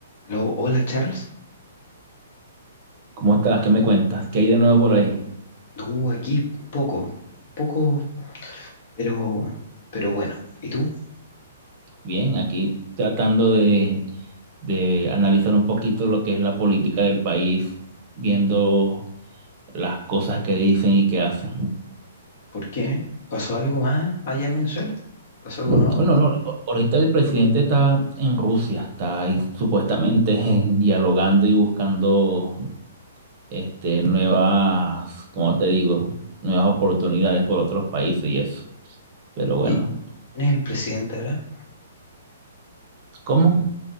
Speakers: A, on the left (about 50°); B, on the right (about 35°).
A: Aló, hola Charles.
B: ¿Cómo estás? ¿Qué me cuentas? ¿Qué hay de nuevo por ahí?
A: No, aquí poco, poco, pero, pero bueno. ¿Y tú?
B: Bien, aquí tratando de, de analizar un poquito lo que es la política del país, viendo las cosas que dicen y que hacen.
A: ¿Por qué? ¿Pasó algo más allá en Venezuela? ¿Pasó algo
B: Bueno,
A: nuevo?
B: no, a- ahorita el presidente está en Rusia, está ahí supuestamente <laughs> dialogando y buscando este, nuevas, ¿cómo te digo? Nuevas oportunidades por otros países y eso. Pero bueno,
A: ¿Y quién es el presidente ahora?
B: ¿cómo?